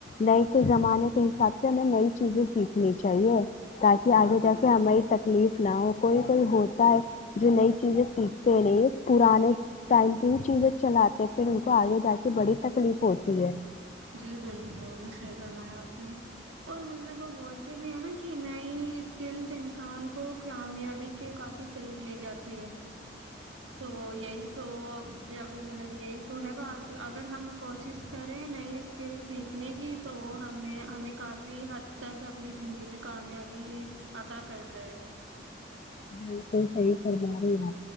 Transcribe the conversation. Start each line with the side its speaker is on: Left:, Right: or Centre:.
Left: نئے کے زمانے کے حساب سے ہمیں نئی چیزیں سیکھنی چاہیے تاکہ آگے جا کے ہماری تکلیف نہ ہو کوئی کوئی ہوتا ہے جو نئی چیزیں سیکھتے رہیے پرانے ٹائم یہ چیزیں چلاتے پھر ان کو آگے جا کے بڑی تکلیف ہوتی ہے
Right: جی بالکل صحیح فمایا آپ نے اور مطلب وہ بولتے بھی ہیں نا کہ نئی اسکلس انسان کو کامیابی کے کافی قریب لے جاتی ہے تو یہی تو جو ابھی مطلب یہی تو ہے بات اگر ہم کوشش کریں نہیں اسکل سیکھنے کی تو ہمیں ہمیں کافی حد تک اپنی زندگی میں کامیابی عطا کرتا ہے
Left: بالکل صحی سھر بنا لینا